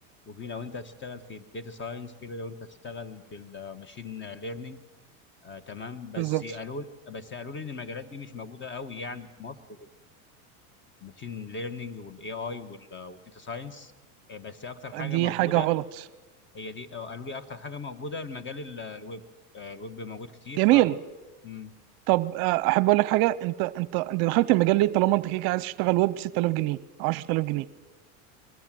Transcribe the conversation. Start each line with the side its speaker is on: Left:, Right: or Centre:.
Left: وفي لو انت هتشتغل في الداتا ساينس في لو انت هتشتغل في الماشين ليرنينج آه، تمام بس
Right: بالظبط
Left: قالوا بس قالوا لي ان المجالات دي مش موجوده قوي يعني في مصر الماشين ليرنينج والاي اي والداتا ساينس بس اكتر حاجه
Right: دي
Left: موجوده
Right: حاجه غلط
Left: هي دي آه، قالوا لي اكتر حاجه موجوده المجال ال- الويب آه، الويب موجود كتير
Right: جميل
Left: فقلت مم.
Right: طب آه، احب اقول لك حاجه انت انت انت دخلت المجال ليه طالما انت كده كده عايز تشتغل ويب 6000 جنيه 10000 جنيه